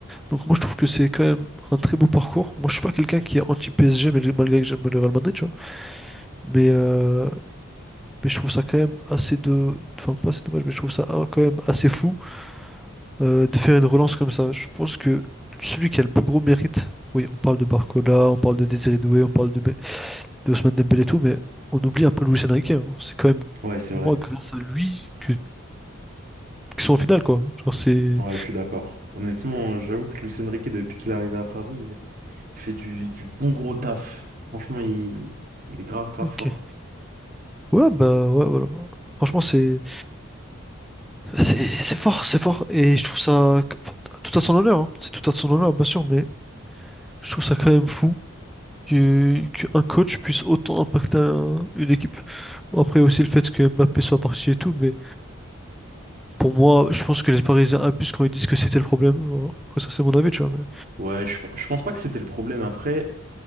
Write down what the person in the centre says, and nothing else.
Donc moi je trouve que c'est quand même un très beau parcours. Moi je suis pas quelqu'un qui est anti-PSG mais malgré que j'aime le Real Madrid, tu vois. Mais, euh, mais je trouve ça quand même assez de... Enfin pas assez dommage mais je trouve ça ah, quand même assez fou euh, de faire une relance comme ça. Je pense que celui qui a le plus gros mérite, oui on parle de Barcola, on parle de Désiré Doué, on parle de, Be- de Ousmane Dembélé et tout, mais on oublie un peu Luis Enrique. hein. C'est quand même
moi grâce à lui que... qu'ils sont en finale quoi. Genre c'est...
Ok.
Ouais, bah ouais, voilà. Franchement, c'est c'est c'est fort, c'est fort. Et je trouve ça que- enfin, tout à son honneur, hein. C'est tout à son honneur, bien sûr, mais je trouve ça quand même fou que qu'un coach puisse autant impacter un- une équipe. Bon, Après aussi le fait que Mbappé soit parti et tout, mais pour moi, je pense que les Parisiens abusent quand ils disent que c'était le problème. Voilà. Après ça, c'est mon avis, tu vois. mais